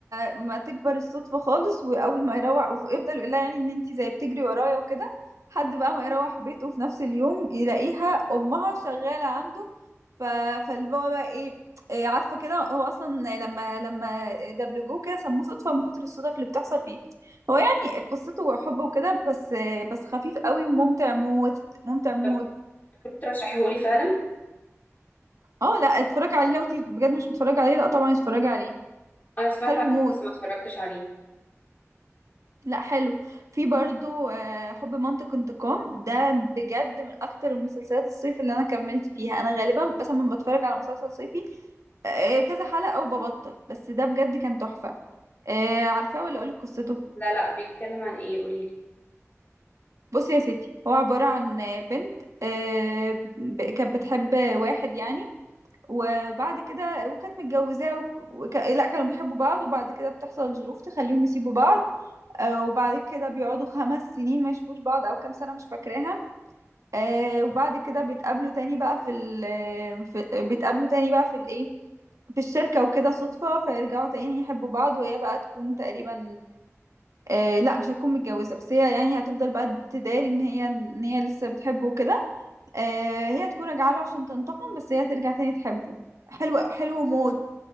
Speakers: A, on the right; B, on the left.
A: ما تكبر الصدفه خالص واول ما يروح يفضل يقول لها يعني ان انتي زي بتجري ورايا وكده لحد بقى ما يروح بيته في نفس اليوم يلاقيها امها شغاله عنده ف... فاللي هو بقى ايه إيه، عارفه كده هو اصلا لما لما دبلجوه كده سموه صدفه من كتر الصدف اللي بتحصل فيه هو يعني قصته حب وكده بس بس خفيف قوي وممتع موت ممتع موت
B: طب كنت ترشحيهولي فعلا
A: اه لا اتفرج عليه لو انت بجد مش متفرج عليه لا طبعا اتفرج عليه
B: انا سمعت
A: حلو
B: عنه
A: موت
B: بس ما اتفرجتش عليه
A: لا حلو في برضو آه، حب منطق انتقام ده بجد من اكتر المسلسلات الصيف اللي انا كملت فيها انا غالبا بس لما بتفرج على مسلسل صيفي آه، كذا حلقة وببطل بس ده بجد كان تحفة آه، عارفاه ولا اقولك قصته
B: لا لا بيتكلم عن ايه قولي لي
A: بصي يا ستي هو عبارة عن بنت آه، ب- كانت بتحب واحد يعني وبعد كده وكانت متجوزاه وك... وك... لا كانوا بيحبوا بعض وبعد كده بتحصل ظروف تخليهم يسيبوا بعض آه، وبعد كده بيقعدوا خمس سنين ما يشوفوش بعض او كام سنة مش فاكراها آه، وبعد كده بيتقابلوا تاني بقى في ال... في... بيتقابلوا تاني بقى في الايه في الشركة وكده صدفة فيرجعوا تاني يحبوا بعض وهي بقى تكون تقريبا آه لا مش هتكون متجوزة بس هي يعني هتفضل بقى تداري ان هي ان هي لسه بتحبه وكده آه هي هتكون راجعة له عشان تنتقم بس هي ترجع تاني تحبه حلو حلو موت